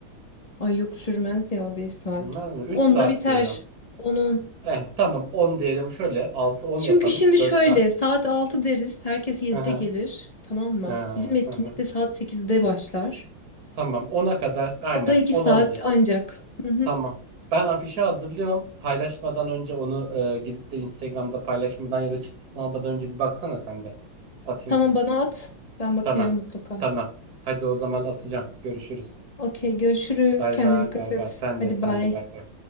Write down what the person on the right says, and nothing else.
Sürmez mi? 3
saat
diyorum.
Eh, tamam 10 diyelim. Şöyle altı on
yapalım.
4
saat.
Hı hı.
Ee,
hı hı.
Tamam ona kadar aynen
on
on bir.
Tamam. Ben afişi hazırlıyorum. Paylaşmadan önce onu e, gidip de Instagram'da paylaşmadan ya da çıktısını almadan önce bir baksana sen de. Atayım
sana.
Tamam.
Tamam. Hadi o zaman atacağım. Görüşürüz.
Bay
bay
bay
bay. Sen
de sen
de bay bay.